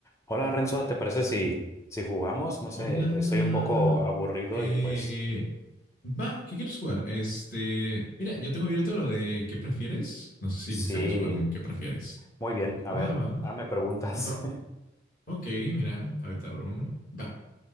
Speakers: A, on the left; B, on the left.
A: Hola Renzo, ¿te parece si, si jugamos? No sé,
B: Hola.
A: estoy un poco aburrido
B: Eh,
A: y pues
B: eh, va, ¿qué quieres jugar? Este, mira, yo tengo abierto lo de ¿qué prefieres? No sé si
A: sí,
B: gustarías jugar un ¿qué prefieres?
A: muy bien, a ver,
B: Va, va,
A: ah, me preguntas.
B: va. Ok, mira, ahorita abro uno. Va.